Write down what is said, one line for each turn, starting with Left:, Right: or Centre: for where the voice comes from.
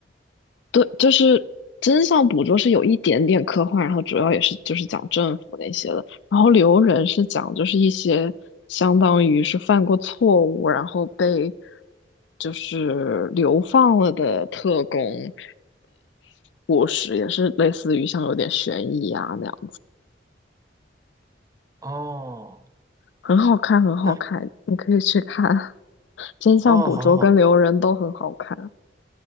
Left: 对，就是真相捕捉是有一点点科幻，然后主要也是就是讲政府那些的，然后留人是讲就是一些相当于是犯过错误，然后被就是流放了的特工故事，也是类似于像有点悬疑啊那样，
Right: 哦，
Left: 很好看，很好看，
Right: 那
Left: 你可以去看。<laughs> 真相捕捉跟留人都很好看，
Right: 哦，好的好的，